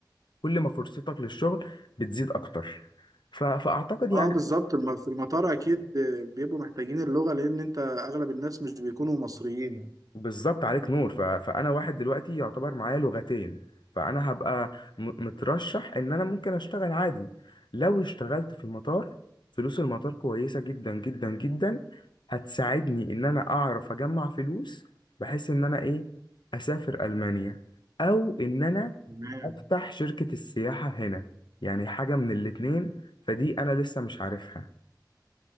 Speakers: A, on the left; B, on the right.
A: كل ما فرصتك للشغل بتزيد أكتر ف- فأعتقد
B: اه
A: يعني
B: بالظبط الم- في المطار اكيد بيبقوا محتاجين اللغه لان انت اغلب الناس مش بيكونوا مصريين يعني.
A: بالظبط عليك نور ف... فانا واحد دلوقتي يعتبر معايا لغتين فانا هبقى م... مترشح ان انا ممكن اشتغل عادي لو اشتغلت في المطار فلوس المطار كويسة جدا جدا جدا هتساعدني ان انا اعرف اجمع فلوس بحيث ان انا ايه اسافر المانيا او ان انا
B: تمام
A: افتح شركة السياحة هنا يعني حاجة من الاتنين فدي انا لسه مش عارفها